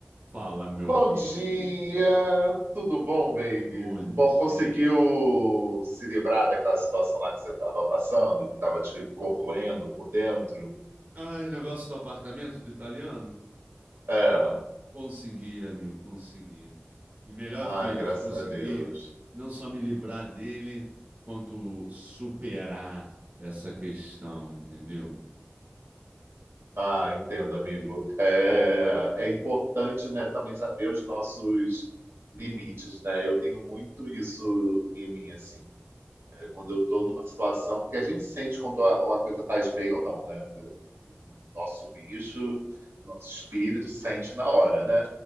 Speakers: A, on the right; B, on the right.
A: Fala, meu
B: Bom
A: querido.
B: dia, tudo bom, baby?
A: Bom
B: Tudo bom?
A: dia.
B: Conseguiu se livrar daquela situação lá que você estava passando, que estava te corroendo por dentro?
A: Ai, negócio do apartamento do italiano?
B: É,
A: Consegui, amigo, consegui. E melhor
B: ai,
A: do que
B: graças
A: isso, consegui
B: a Deus.
A: não só me livrar dele, quanto superar essa questão, entendeu?
B: Ah, entendo, amigo. É, é importante, né, também saber os nossos limites, né? Eu tenho muito isso em mim, assim, né? Quando eu estou numa situação que a gente sente quando a, a coisa faz bem ou não, né? nosso bicho, nosso espírito sente na hora, né?